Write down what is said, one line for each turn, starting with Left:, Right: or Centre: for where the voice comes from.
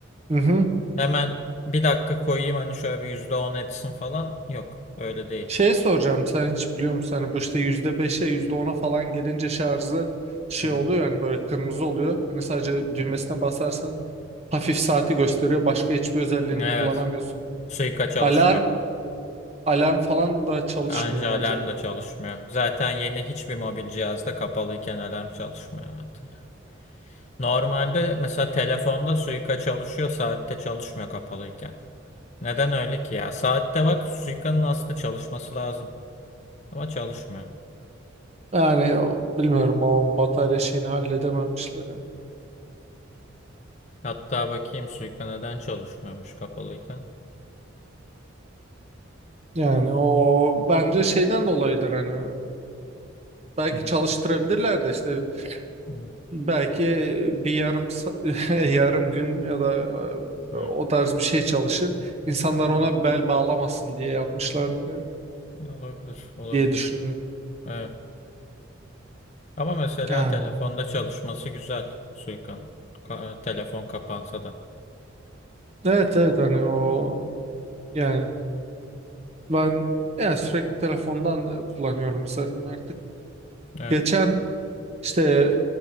Right: Hı hı.
Left: Hemen bir dakika koyayım hani şöyle bir yüzde on etsin falan. Yok öyle değil.
Right: Şey soracağım sen hiç biliyor musun hani bu işte yüzde beşe yüzde ona falan gelince şarjı şey
Left: Hı hı,
Right: oluyor yani böyle kırmızı oluyor. Hani sadece
Left: hı
Right: düğmesine
Left: hı.
Right: basarsan hafif saati gösteriyor başka hiçbir özelliğini
Left: Evet
Right: kullanamıyorsun.
Left: suika çalışmıyor.
Right: Alarm alarm falan da çalışmıyor
Left: Ayrıca
Right: mu
Left: alarm
Right: acaba?
Left: da çalışmıyor. Zaten yeni hiçbir mobil cihazda kapalıyken alarm çalışmıyor. zaten. Normalde mesela telefonda suika çalışıyor saatte çalışmıyor kapalıyken. Neden öyle ki ya? Saatte bak suikanın aslında çalışması lazım. Ama çalışmıyor.
Right: Yani o- bilmiyorum o batarya şeyini halledememişler.
Left: Hatta bakayım suika neden çalışmıyormuş kapalıyken.
Right: Yani o bence şeyden dolayıdır hani belki
Left: Hı hı,
Right: çalıştırabilirler de işte
Left: hı
Right: Belki bir yarım sa- <laughs> yarım gün ya da
Left: hı,
Right: e, o tarz bir şey çalışır. İnsanlar ona
Left: hı.
Right: bel bağlamasın diye yapmışlardır yani
Left: Olabilir, olabilir.
Right: diye düşünüyorum.
Left: Evet. Ama mesela
Right: Ha.
Left: telefonda çalışması güzel Suika'nın. Ka- telefon kapansa da.
Right: Evet evet hani o yani ben yani sürekli telefondan kullanıyorum zaten artık.
Left: Evet.
Right: Geçen işte